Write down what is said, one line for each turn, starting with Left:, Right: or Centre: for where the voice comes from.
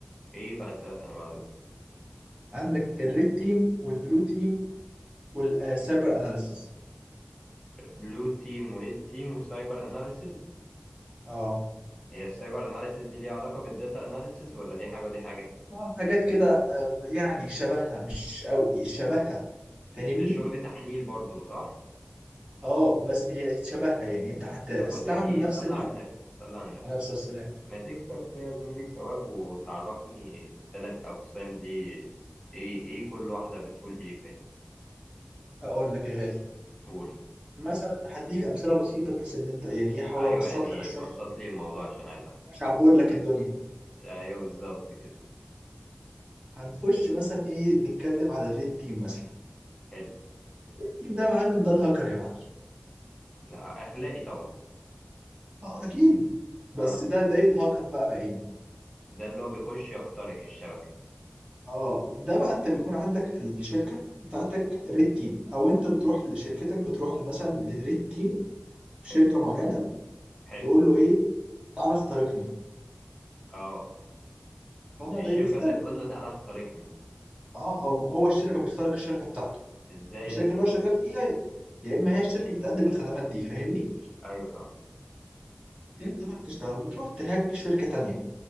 Left: ايه بقى التلات انواع دول
Right: عندك الريد تيم والبلو تيم والسايبر اناليسيس
Left: بلو تيم وريد تيم وسايبر اناليسز
Right: اه
Left: هي السايبر اناليسز دي ليها علاقة بالداتا اناليسز ولا دي حاجة ودي حاجة
Right: اه حاجات كده آه، يعني شبهها مش قوي شبهها فاهمني
Left: شغل تحليل برضو صح
Right: اه بس هي شبهها يعني انت هتستعمل
Left: طب بقول لك ايه
Right: نفس
Left: صلي
Right: الحاجه
Left: على النبي صلي على النبي
Right: على نفس السلام
Left: ما تكسب فيا زميلي ثواب وتعرفني التلات أقسام دي إيه إيه كل واحدة بتقول إيه فاهم
Right: اقول لك يا غالي
Left: قول
Right: مثلا هديك امثله بسيطه بحيث ان انت يعني ايه احاول
Left: أيوه
Right: ابسط
Left: يعني
Right: لك الشرح
Left: بسط لي الموضوع عشان عايز أفهم
Right: عشان اعبر لك الدنيا
Left: أيوه بالظبط كده
Right: هنخش مثلا ايه نتكلم على الريد تيم مثلا
Left: حلو
Right: التيم ده يا معلم ده الهاكر يا معلم
Left: لا، أخلاقي طبعا
Right: اه اكيد بس
Left: أه
Right: ده ده ايه الهاكر بقى بعينه
Left: ده اللي هو بيخش يخترق الشبكة
Right: اه ده بقى انت بيكون عندك في الشركه بتاعتك ريد تيم او انت بتروح لشركتك بتروح مثلا للريد تيم في
Left: حلو
Right: شركه معينه
Left: حلو
Right: تقول له ايه تعالى اخترقني
Left: أه
Right: فانا
Left: الشركة
Right: بي- بيخترق
Left: اللي تقول له تعالى اخترقني
Right: اه او هو الشركه بيخترق الشركه بتاعته
Left: إزاي
Right: الشركه
Left: ده زميلي
Right: اللي هو شغال
Left: ده
Right: فيها يا اما هي الشركه بتقدم الخدمات دي فاهمني
Left: أيوه فهمت
Right: انت بقى بتشتغل بتروح تهاج شركه تانية